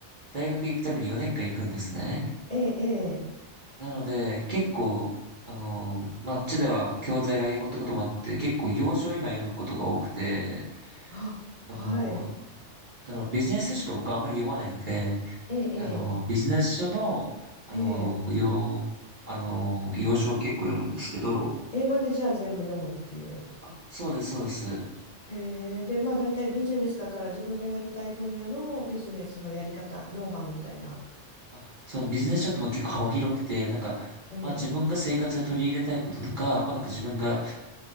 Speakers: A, on the right (about 50°); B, on the left (about 35°).
A: 大学行くために4年間行くんですね。
B: ええええ
A: なので、結構、あの、まあ、あっちでは教材が英語ってこともあって、結構洋書を今読むことが多くて、
B: あ、
A: あの、
B: はい。
A: そのビジネス書しか僕あんまり読まないので、
B: ええ
A: あの、ビジネス書の、あの、
B: ええええ
A: 要、あの、要所を結構読むんですけど、
B: 英語でじゃあ全部読むっていう。
A: あ、そうです、そうです。
B: へえ、で、まあ大体ビジネスだから自分がやりたい分野のビジネスのやり方、ノウハウみたいな。
A: あ、そう、ビジネス書っても結構幅広くて、なんか、
B: ええ、
A: まあ自分が生活で取り入れたいこととか、まあなんか自分が